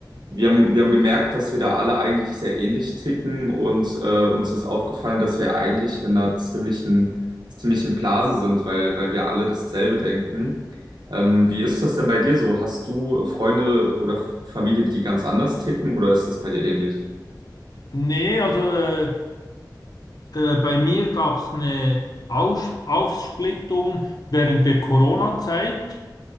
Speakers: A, on the right; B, on the left.
A: wir haben, wir haben gemerkt, dass wir da alle eigentlich sehr ähnlich ticken und äh, uns ist aufgefallen, dass wir eigentlich in einer ziemlichen, ziemlichen Blase sind, weil, weil wir alle dasselbe denken. Ähm, wie ist das denn bei dir so? Hast du Freunde oder Familie, die ganz anders ticken oder ist das bei dir ähnlich?
B: Nee, also äh, da, bei mir gab es eine Aus Aufsplittung während der Corona-Zeit.